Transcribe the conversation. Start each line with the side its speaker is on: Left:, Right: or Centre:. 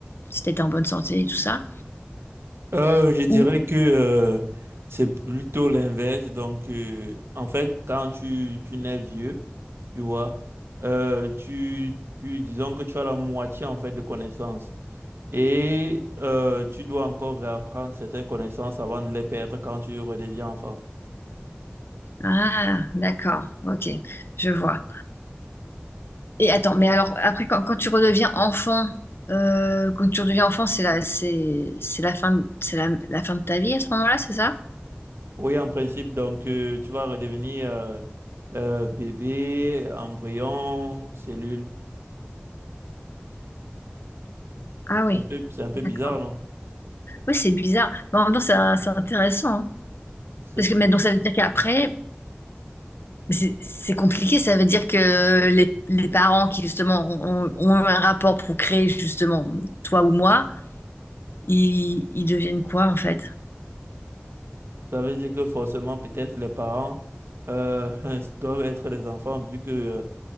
Left: si tu étais en bonne santé et tout ça?
Right: Euh, je dirais
Left: Ou...
Right: que euh, c'est plutôt l'inverse. Donc, euh, en fait, quand tu, tu nais vieux, tu vois, euh, tu, tu, disons que tu as la moitié en fait de connaissances et euh, tu dois encore réapprendre certaines connaissances avant de les perdre quand tu redeviens enfant.
Left: Ah, d'accord, ok, je vois. Et attends, mais alors, après, quand, quand tu redeviens enfant, euh, quand tu redeviens enfant, c'est la, c'est, c'est la fin, de- c'est la, la fin de ta vie à ce moment-là, c'est ça?
Right: Oui, en principe, donc euh, tu vas redevenir euh, euh, bébé, embryon, cellule.
Left: Ah oui,
Right: C'est un peu, c'est un peu bizarre,
Left: d'accord.
Right: non?
Left: Oui, c'est bizarre. Mais en même temps, c'est c'est intéressant. hein.
Right: <laughs>
Left: Parce que, mais donc, ça veut dire qu'après, mais c'est c'est compliqué. Ça veut dire que les, les parents qui, justement, ont, ont un rapport pour créer, justement, toi ou moi, ils, ils deviennent quoi, en fait?
Right: Ça veut dire que forcément, peut-être les parents euh, <laughs> doivent être des enfants vu que euh,